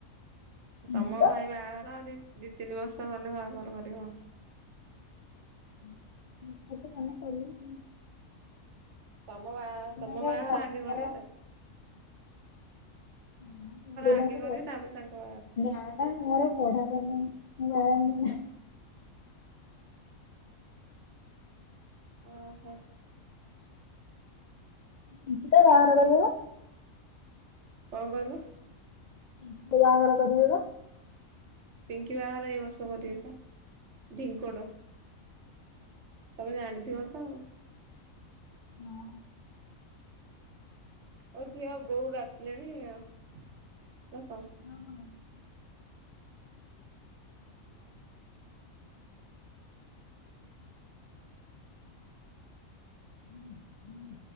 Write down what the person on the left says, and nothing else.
ପିଙ୍କିର
<inaudible>
ଏଇନାକେ
ଚାଲିଛି
ତାର
<unintelligible>
ନାହିଁ
ବା
ମୋର ପଢ଼ା ସରିନି <unintelligible>
<unintelligible> ବାହାରବେ
<unintelligible> କରିିବ ବା
ହଁ
ଓ ହୋଁ ହୁଁ ହୁଁ ହୁଁ